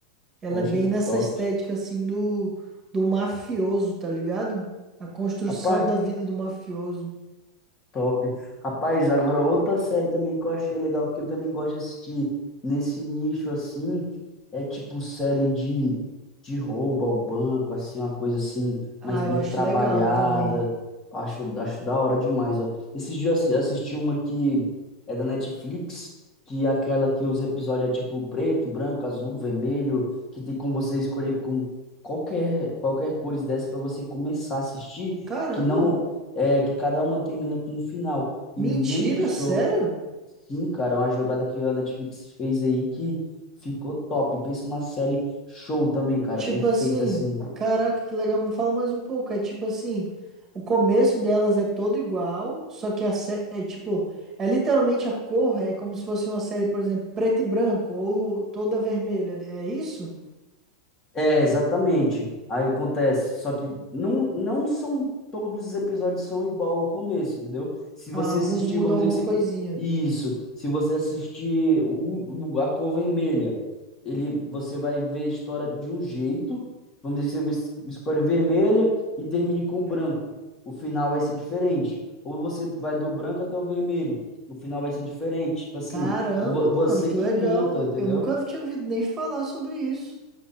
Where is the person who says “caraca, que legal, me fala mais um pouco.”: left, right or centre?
Right